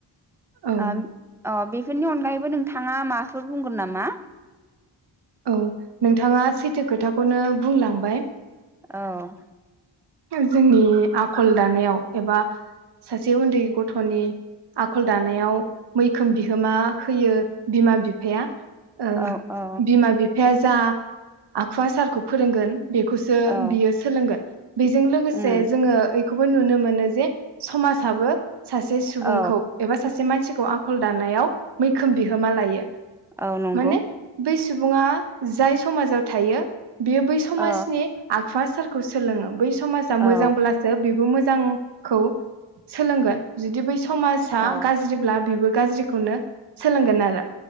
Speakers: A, on the right (about 60°); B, in the centre.
A: औ
B: ओ‌ अ बिफ बेफोरनि अनगायैबो नोंथाङा माबाफोर बुंगोन नामा
A: औ नोंथाङा सैथो खोथाखौनो बुंलांबाय
B: औ
A: जोंनि आखल दानायाव एबा सासे उन्दै गथ'नि आखल दानायाव मैखोम बिहोमा होयो बिमा बिफाया ओ
B: औ औ
A: बिमा बिफाया जो जा आखुवा सारखौ फोरोंगोन बेखौसो
B: औ
A: बियो सोलोंगोन बेजों लोगोसे
B: उम
A: जोङो खौबो नुनो मोनो जे समाजाबो सासे सुबुंखौ
B: औ
A: एबा सासे मानसि खौ आखल दानायाव मैखोम बिहोमा लायो
B: औ नंगौ
A: माने बै सुबुङा जाय समाजाव थायो बेयो बै समाजनिआख
B: औ
A: खुआ सोरखौ सोलोङो बै समाजा
B: औ
A: मोजांब्लासो बेबो मोजां जांखौ सोलोंगोन जुदि बै समाजा
B: औ
A: गाज्रिब्ला बेबो गाज्रिखौनो सोलोंगोन आरो